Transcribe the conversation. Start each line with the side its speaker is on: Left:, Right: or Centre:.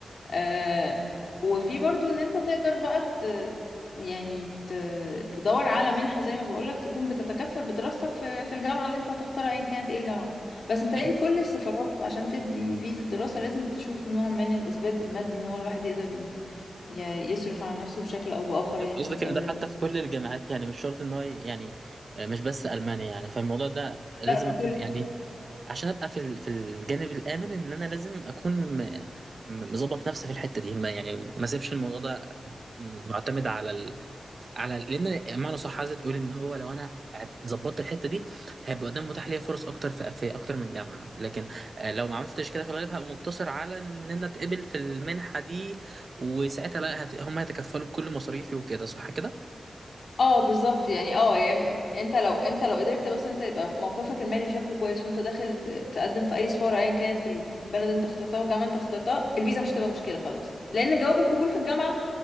Left: آه وفي برضو ان انت تقدر بقى ت... يعني ت... تدور على منحة زي ما بقولك تكون بتتكفل بدراستك في, في الجامعة اللي انت هتختارها ايا كانت ايه الجامعة بس انت
Right: يعني
Left: لي كل السفارات عشان تدي فيزا دراسة لازم تشوف نوع من الإثبات المادي ان هو الواحد يقدر ي... ي- يصرف على نفسه بشكل او بآخر
Right: قصدك
Left: يعني
Right: قصدك
Left: في الدولة
Right: ان ده حتى
Left: دي
Right: في كل الجامعات يعني مش شرط ان هو ي- يعني آه، مش بس المانيا يعني فالموضوع ده لازم
Left: لا ده
Right: اكون
Left: كله
Right: يعني عشان ابقى في ال- في الجانب الامن ان انا لازم اكون م- م- مظبط نفسي في الحته دي ما يعني ما اسيبش الموضوع ده معتمد على على لان معنى صح عايزه تقول ان هو لو انا ظبطت الحته دي هيبقى قدام متاح ليا فرص اكتر في, في اكتر من جامعه لكن آه، لو ما عملتش كده في الغالب هبقى مقتصر على ان انا اتقبل في المنحه دي وساعتها بقى هت... هم هيتكفلوا بكل مصاريفي وكده صح كده
Left: اه بالظبط يعني اه يعني انت لو انت لو قدرت بس انت يبقى موقفك المالي شكله كويس وانت داخل ت- تقدم في اي سفاره ايا كانت في البلد انت اخترتها والجامعه انت اخترتها الفيزا مش هتبقى مشكله خلاص لان جواب القبول في الجامعه